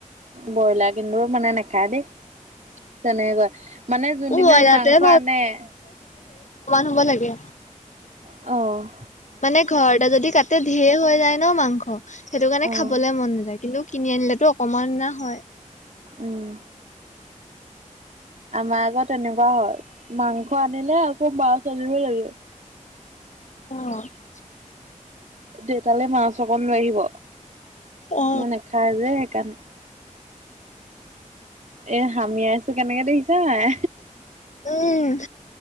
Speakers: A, on the right; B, on the left.
A: ব্ৰইলাৰ কিন্তু মানে নাখায় দেই তেনেকে কয়। মানে যোনদিনা
B: মোৰ ব্ৰইলাৰটোৱে
A: মাংস আনে-
B: খাব লাগে।
A: অঁ'
B: মানে ঘৰতে যদি কাটে ঢেৰ হৈ যায় ন মাংস সেইটো কাৰণে
A: অ'
B: খাবলে মন নাযায়। কিন্তু, - কিনি আনিলেতো অকমান অনা হয়।
A: উম। আমা আকৌ তেনেকুৱা হয়, মাংস আনিলে আকৌ মাছ আনিব লাগে।
B: অঁ'
A: দেউতালে মাছ অকণ লৈ আহিব
B: অ অ
A: নে নেখায় যে সেইকাণে। এ হামিয়াইছো কেনেকে দেখিছা নাই।
B: উম'